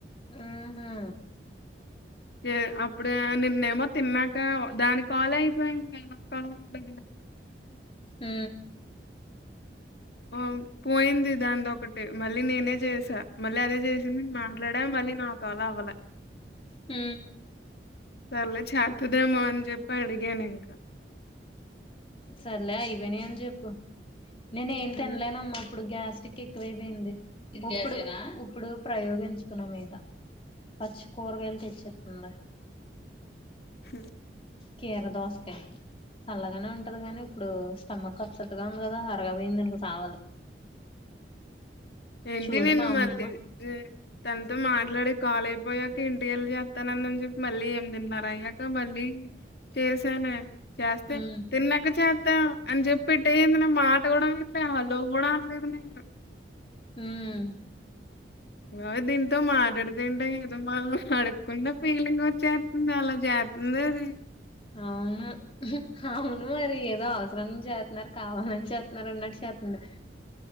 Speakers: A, on the left; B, on the left.
A: ఆహా
B: దేర్ అప్పుడు నిన్నేమో తిన్నాక దాని కాల్ అయిపోయింది కాల్ అ
A: హ
B: ఆ పోయింది దానిది ఒకటి మళ్ళీ నేనే చేసా మళ్ళీ అదే చేసింది మాట్లాడా మళ్ళీ నా కాల్ అవ్వలె
A: హ
B: సర్లే చేత్తదేమో అని చెప్పి అడిగాను ఇంకా
A: సర్లే అయిపోయిననిచెప్పు నేను ఏం
B: హ్మ్
A: తినలేనమ్మా ఇప్పుడు గ్యాస్ ప్లాస్టిక్ ఎక్కువైపోయింది ఇది గ్యాసేన ఇప్పుడు-ఇప్పుడు ప్రయోగించుకున్న మీద పచ్చి కూరగాయలు తెచ్చిఇతుంది
B: హ
A: కీర దోసకాయి చల్లగానే ఉంటది గానీ ఇప్పుడు స్టమక్ అప్సెట్ ఉంది కదా అరగలేదనుకో సావాలి
B: ఏంటి
A: చూడు
B: నేను
A: మా అమ్మ
B: మళ్ళీ తన మాట్లాడి కాలయిపోయాక ఇంటికెళ్ళి చేస్తానందని చెప్పి మళ్ళీ ఏనిమిదిన్నర అయ్యాక మళ్ళీ చేసానే చేస్తే
A: ఉమ్
B: తిన్నాక చేస్తా అని చెప్పి పెట్టేసింది నే మాట కూడా వినలే హలో కూడా అనలేదు నేను
A: ఉమ్
B: అ దీంతో మాట్లాడుతుంటే ఏదో మనం అడుకున్న ఫీలింగ్ వచ్చేస్తుంది అలా చేస్తుందే అది
A: అవును అవును మరి ఏదో అవసరానికి చేస్తున్నారు కావాలని చేస్తున్నారు అన్నట్టు చేస్తుంది